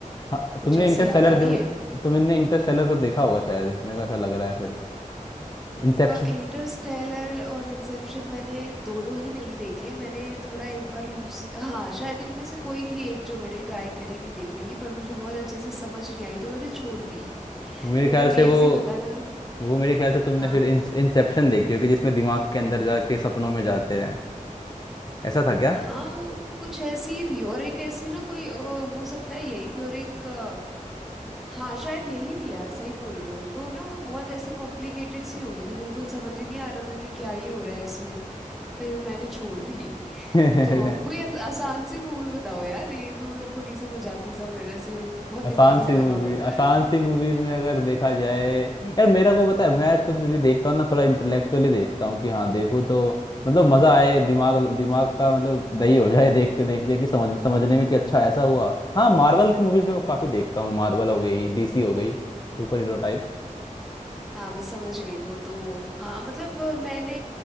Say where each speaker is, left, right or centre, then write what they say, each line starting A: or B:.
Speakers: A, on the left; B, in the centre.
A: हाँ
B: कुछ
A: तुमने
B: ऐसी
A: इंटरस्टेलर
B: याद आ रही है
A: तुमने इंटरस्टेलर तो देखा होगा शायद मेरे को ऐसा लग रहा है फिर इंसेप्शन
B: इंटरस्टेलर और इंसेप्शन मैंने दोनों ही नहीं देखे मैंने थोड़ा एक बार लूस हाँ शायद इनमें से कोई थी एक जो मैंने ट्राई करी थी देखने की पर मुझे बहुत अच्छे से समझ नहीं आई तो मैंने छोड़ दी
A: मेरे
B: <laughs> तो
A: ख्याल
B: थोड़ी
A: से
B: ऐसी
A: वो
B: बताना
A: वो मेरे ख्याल से तुमने
B: हाँ
A: फिर इंसेप्शन देखी होगी जिसमें दिमाग के अंदर जाके सपनों में जाते हैं ऐसा था क्या
B: हाँ कुछ ऐसी ही थी और एक ऐसी ना कोई अ, हो सकता है यही थी और एक अ, हाँ शायद यही थी यार सही बोल रहे हो तो ना वो बहुत ऐसे कॉम्प्लिकेटेड सी हो गई थी बिल्कुल समझ ही नहीं आ रहा था कि क्या ही हो रहा है इसमें फिर मैंने छोड़ दी
A: <laughs>
B: तो कोई आस- आसान सी मूवी बताओ यार ये तो मेरे को नहीं समझ आती सब ऐसे बहुत दिमाग
A: आसान
B: लगाना
A: सी मूवी
B: पड़ता
A: आसान
B: है
A: सी मूवीज में अगर देखा जाए यार मेरा को पता है मैं कुछ भी देखता हूँ ना थोड़ा इंटेलेक्चुअली देखता हूँ कि हाँ देखो तो मतलब मजा आए दिमाग दिमाग का मतलब दही हो जाए देखते देखते कि समझ समझने में कि अच्छा ऐसा हुआ हाँ मार्वल की मूवीज में मैं काफी देखता हूँ मार्वल हो गई डीसी हो गई सुपर हीरो टाइप
B: हाँ मैं समझ गई वो तो हाँ मतलब अ, मैंने